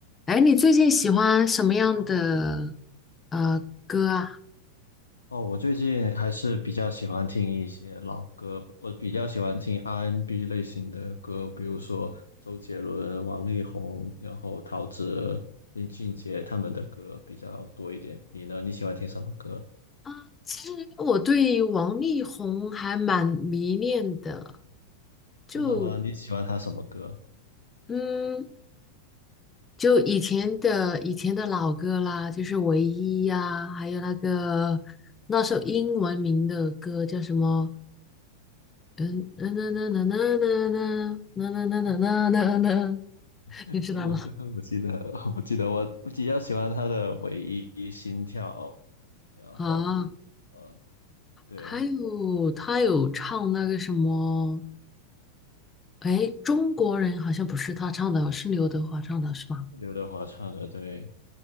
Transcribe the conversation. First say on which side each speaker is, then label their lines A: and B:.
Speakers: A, on the left; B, on the left.
A: 哎，你最近喜欢什么样的呃歌啊？
B: 哦，我最近还是比较喜欢听一些老歌，我比较喜欢听 R&B n 类型的歌，比如说周杰伦、王力宏，然后陶喆、林俊杰他们的歌比较多一点。你呢？你喜欢听什么歌？
A: 啊，其实我对王力宏还蛮迷恋的，就
B: 真的吗？你喜欢他什么歌？
A: 嗯，就以前的以前的老歌啦，就是《唯一》呀，还有那个那首英文名的歌叫什么？嗯，嗯嗯嗯嗯嗯嗯嗯嗯嗯嗯嗯，那那，
B: <laughs>
A: 你知道吗？
B: 英文歌，我记得，<laughs> 我记得我比较喜欢他的《唯一心跳》，然后
A: 啊，
B: 呃，对，
A: 还有他有唱那个什么。哎，中国人好像不是他唱的，是刘德华唱的，是吧？
B: 刘德华唱的，对，